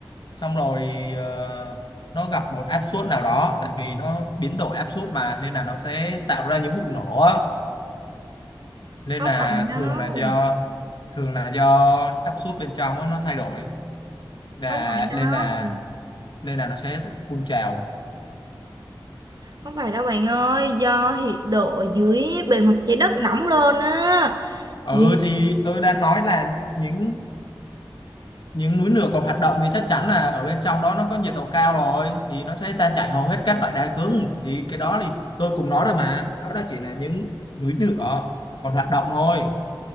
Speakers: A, on the left; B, on the right.
A: xong rồi ờ, nó gặp một áp suất nào đó tại vì nó biến đổi áp suất mà nên là nó sẽ tạo ra những vụ nổ á nên
B: Không
A: là
B: phải đâu,
A: thường là do thường là do áp suất bên trong á, nó thay đổi là
B: không phải
A: nên
B: đâu,
A: là nên là nó sẽ phun trào
B: không phải đâu bạn ơi, do nhiệt độ ở dưới bề mặt trái đất nóng lên á.
A: ừ
B: Như...
A: thì tôi đang nói là những những núi lửa còn hoạt động thì chắc chắn là ở bên trong đó nó có nhiệt độ cao rồi thì nó sẽ tan chảy hầu hết các loại đá cứng thì cái đó thì tôi cũng nói rồi mà đó là chỉ là những núi lửa còn hoạt động thôi